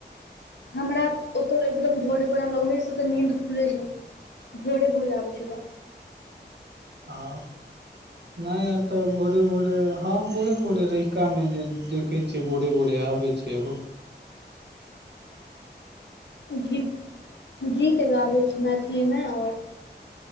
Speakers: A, on the left (about 90°); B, on the right (about 75°).
A: हमरा ओत एकदम भोरे भोरे हमरा उहे से तऽ नीद खुले छै भोरे भोरे आबै छै तऽ
B: आं नहि एटा भोरे भोरे हँ भोरे भोरे रहिका मे जे देखे छ भोरे भोरे आबै छै एगो
A: गीत गीत गाबैत छी मैथिलीमे आओर